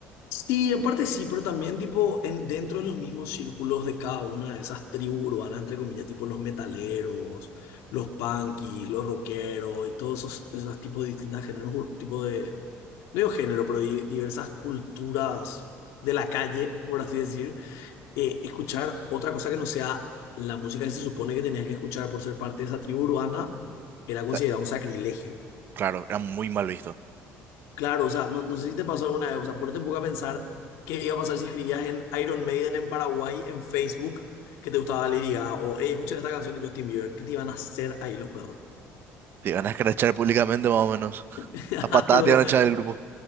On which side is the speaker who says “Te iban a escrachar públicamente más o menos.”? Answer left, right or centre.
Right